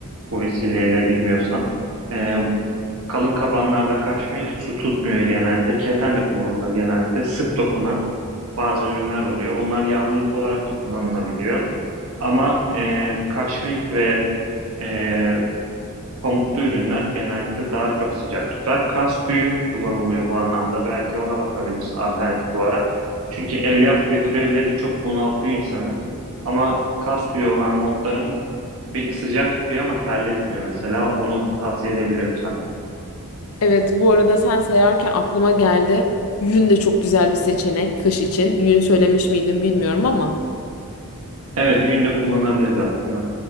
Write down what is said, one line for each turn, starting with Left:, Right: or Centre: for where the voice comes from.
Right: bu vesileyle bilmiyorsan. E, Kalın kabanlarda kaşmir su tutmuyor genelde. Keten de kullanılır genellikle. Sık dokunan bazı ürünler oluyor. Onlar yağmurluk olarak da kullanılabiliyor. Ama e, kaşmir ve e, pamuklu ürünler genellikle daha çok sıcak tutar. Kas tüyü kullanılıyor bu anlamda. Belki ona bakabilirsin alternatif olarak. Çünkü elyaf ve türevleri çok bunaltıyor insanı. Ama kas tüyü olan montların beni sıcak tutuyor ama terletmiyor mesela. Onu tavsiye edebilirim sana.
Left: Evet, bu arada sen sayarken aklıma geldi. Yün de çok güzel bir seçenek kış için. Yün söylemiş miydim bilmiyorum ama.
Right: Evet, günde kullanabiliriz aslında.